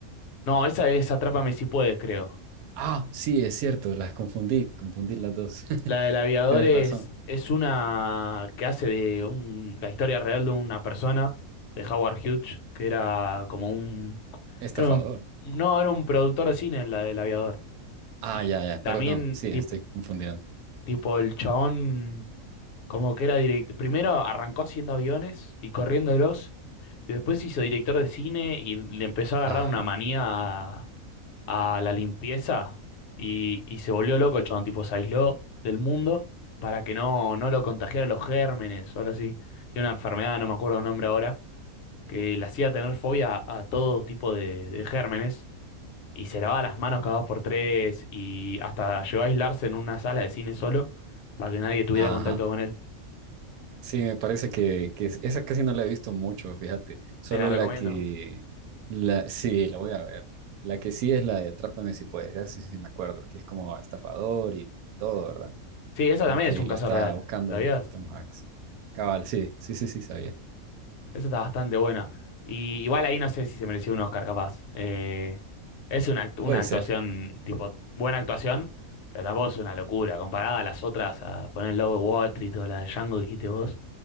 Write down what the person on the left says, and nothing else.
No, esa es Atrápame si puedes, creo.
La del aviador
es,
es una que hace de un, la historia real de una persona, de Howard Hughes, que era como un,
creo, un- no, era un productor de cine en la del aviador.
Y
también,
tipo,
tipo el chabón. Como que era director. Primero arrancó haciendo aviones y corriéndolos. Y después se hizo director de cine y le empezó a agarrar
una manía a, a la limpieza. Y, y se volvió loco el chabón, tipo, se aisló del mundo para que no, no lo contagiaran los gérmenes o algo así. Tiene una enfermedad, no me acuerdo el nombre ahora, que le hacía tener fobia a todo tipo de, de gérmenes. Y se lavaba las manos cada dos por tres. Y hasta llegó a aislarse en una sala de cine solo para que nadie tuviera
contacto con él.
Te la recomiendo.
Sí, esa
también
es un
caso
real,
¿sabías?
Esa está bastante buena. Y igual ahí no sé si se mereció un Oscar, capaz. Eh, es una, act- una
actuación,
tipo, buena actuación, pero tampoco es una locura. Comparada a las otras, a poner el logo de Wall Street o la de Django que dijiste vos,